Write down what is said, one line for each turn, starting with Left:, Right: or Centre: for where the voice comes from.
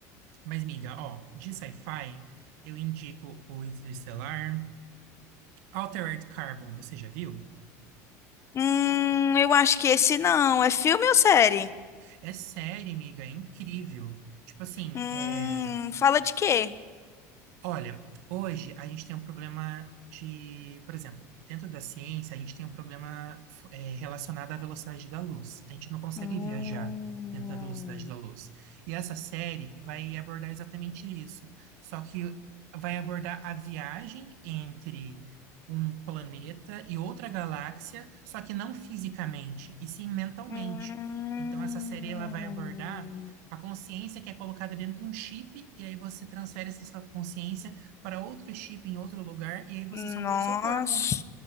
Right: Mas, miga, ó, de sci-fi, eu indico o Interestelar. Altered Carbon, você já viu?
Left: Hum, eu acho que esse não. É filme ou série?
Right: É série, miga, é incrível. Tipo assim,
Left: Hum,
Right: é.
Left: fala de quê?
Right: Olha, hoje a gente tem um problema de, por exemplo, dentro da ciência, a gente tem um problema f- eh, relacionado à velocidade da luz. A gente não consegue
Left: Hum.
Right: viajar dentro da velocidade da luz. E essa série vai abordar exatamente isso. Só que vai abordar a viagem entre um planeta e outra galáxia, só que não fisicamente, e sim mentalmente.
Left: Hum,
Right: Então, essa série ela vai abordar a consciência que é colocada dentro de um chip, e aí você transfere essa sua consciência para outro chip em outro lugar, e aí você
Left: nossa,
Right: só muda o seu corpo.